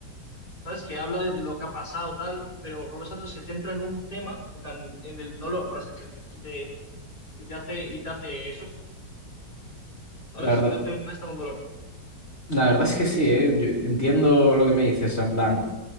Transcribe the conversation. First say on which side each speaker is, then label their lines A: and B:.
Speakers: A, on the left; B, on the left.
A: ¿sabes? Que habla de lo que ha pasado, tal, pero Romeo Santos se centra en un tema, en plan, en el dolor, por así decirlo, y te, y te hace, y te hace eso, ¿sabes?
B: La verdad,
A: Te hace una maestra con dolor.
B: la verdad es que sí, ¿eh? Yo entiendo lo que me dices, o sea, en plan,